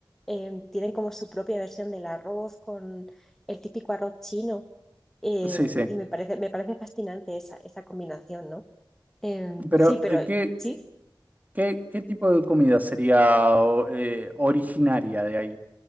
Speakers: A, in the centre; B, on the right (about 20°).
A: eh, tienen como su propia versión del arroz con el típico arroz chino. eh,
B: Sí, sí.
A: y me parece, me parece fascinante esa, esa combinación, ¿no? Eh,
B: Pero,
A: sí, pero
B: eh, ¿qué,
A: sí.
B: ¿Qué, qué tipo de comida sería o- eh, originaria de ahí?